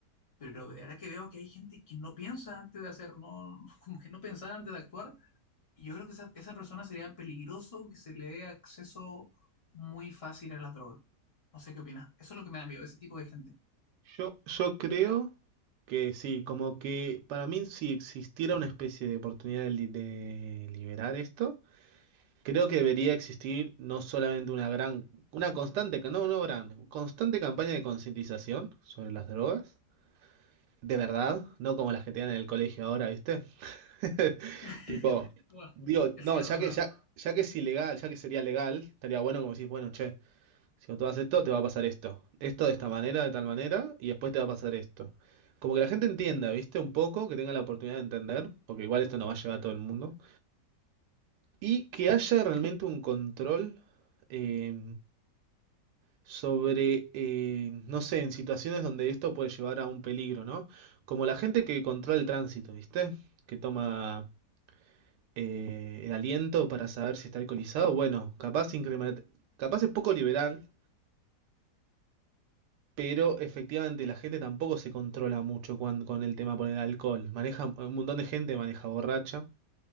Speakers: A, on the left; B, on the right.
A: Pero de verdad que veo que hay gente que no piensa antes de hacer, no, <laughs> como que no pensar antes de actuar. Y yo creo que esa, esa persona sería peligroso que se le dé acceso muy fácil a las drogas No sé qué opinas. Eso es lo que me da miedo, ese tipo de gente.
B: Yo, yo creo que sí, como que para mí si existiera una especie de oportunidad de, li- de liberar esto, creo que debería existir no solamente una gran, una constante, ca- no, no gran, constante campaña de concientización sobre las drogas, de verdad, no como las que te dan en el colegio ahora, ¿viste? <laughs>
A: <laughs>
B: Tipo,
A: Bueno,
B: digo,
A: el
B: no,
A: cigarro
B: ya
A: te
B: que,
A: mata.
B: ya, ya que es ilegal, ya que sería legal, estaría bueno como decís, bueno, che, si vos tomas esto, te va a pasar esto. Esto de esta manera, de tal manera, y después te va a pasar esto. Como que la gente entienda, ¿viste? Un poco, que tenga la oportunidad de entender, porque igual esto no va a llegar a todo el mundo. Y que haya realmente un control eh, sobre, eh, no sé, en situaciones donde esto puede llevar a un peligro, ¿no? Como la gente que controla el tránsito, ¿viste? Que toma... eh, el aliento para saber si está alcoholizado, bueno, capaz, incremen- capaz es poco liberal, pero efectivamente la gente tampoco se controla mucho cuan- con el tema por el alcohol. Maneja, un montón de gente maneja borracha